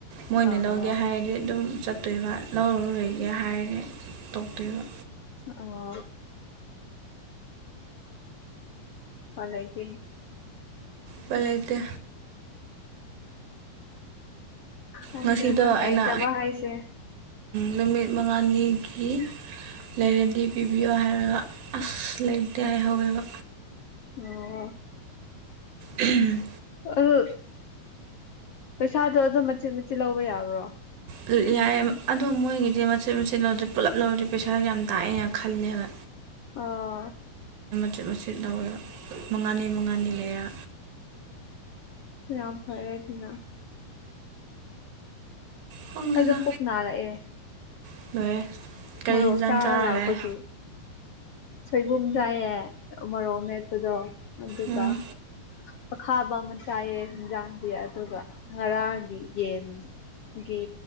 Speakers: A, on the right; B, on the left.
A: ꯃꯣꯏꯅ
B: ꯑꯣ
A: ꯂꯧꯒꯦ ꯍꯥꯏꯔꯗꯤ ꯑꯗꯨꯝ ꯆꯠꯇꯣꯏꯕ ꯂꯧꯔ ꯂꯩꯒꯦ ꯍꯥꯏꯔꯦ ꯇꯣꯛꯇꯣꯏꯕ
B: ꯑꯣ ꯐꯂꯥꯏꯗꯤ
A: ꯄꯂꯩꯇ
B: ꯍꯪꯗꯦꯗ
A: ꯉꯁꯤꯗꯣ ꯑꯩꯅ
B: ꯂꯩꯇꯕ ꯍꯥꯏꯁꯦ
A: ꯅꯨꯃꯤꯠ ꯃꯉꯥꯅꯤꯒꯤ ꯂꯩꯔꯗꯤ ꯄꯤꯕꯤꯌꯣ ꯍꯥꯏꯔꯒ ꯑꯁ ꯂꯩꯔꯇꯦ ꯍꯥꯏꯍꯧꯋꯦꯕ
B: ꯑꯣ
A: ꯎꯝ
B: ꯎ ꯄꯩꯁꯥꯗꯣ ꯑꯗꯨꯝ ꯃꯆꯤꯠ ꯃꯆꯤꯠ ꯂꯧꯕ ꯌꯥꯕ꯭ꯔꯣ
A: ꯌꯥꯏ ꯑꯗꯣ ꯃꯣꯏꯒꯤꯗꯤ ꯃꯆꯦꯠ ꯃꯆꯦꯠ ꯂꯧꯗ꯭ꯔꯦ ꯄꯨꯂꯞ ꯂꯧꯔꯦ ꯄꯩꯁꯥ ꯌꯥꯝ ꯇꯥꯛꯑꯦꯅ ꯈꯜꯂꯦꯕ
B: ꯑꯥ
A: ꯆꯤꯠ ꯃꯆꯤꯠ ꯂꯧꯋꯦ ꯃꯉꯥꯅꯤ ꯃꯉꯥꯅꯤ ꯂꯩꯔꯦ
B: ꯔꯝꯐꯥꯏꯔꯖꯤꯅ
A: ꯈꯪꯗꯦꯗ
B: ꯑꯩꯗꯣ ꯄꯨꯛ ꯅꯥꯔꯛꯑꯦ꯫
A: <inaudible>
B: ꯃꯣꯔꯣꯛ
A: ꯍꯦꯟꯖꯥꯡ
B: ꯆꯥꯔ ꯂꯥꯛꯄꯒꯤ
A: ꯂꯥꯛꯑꯦ
B: ꯁꯣꯏꯕꯨꯝ ꯆꯥꯏꯌꯦ ꯃꯣꯔꯣꯛꯅꯦ ꯗꯣ ꯑꯗꯨꯒ
A: ꯎꯝ
B: ꯑꯈꯥꯕ ꯑꯃ ꯆꯥꯏꯌꯦ ꯍꯤꯟꯖꯥꯡꯗꯤ ꯑꯗꯨꯒ ꯉꯔꯥꯡꯒꯤ ꯌꯦꯟ ꯒꯤ